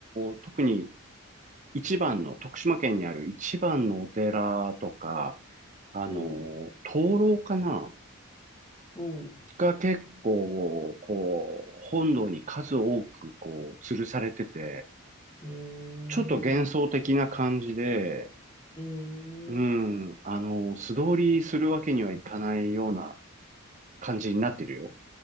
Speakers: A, on the right (about 35°); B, on the left (about 15°).
A: ー特に一番の、徳島県にある一番のお寺とか、あのー灯籠かな
B: うん。うん。おう
A: が結構、こう、本堂に数多く、こう、吊るされてて、
B: へえ、
A: ちょっと幻想的な感じで、
B: へえ。
A: うん、あのー素通りするわけにはいかないような感じになってるよ。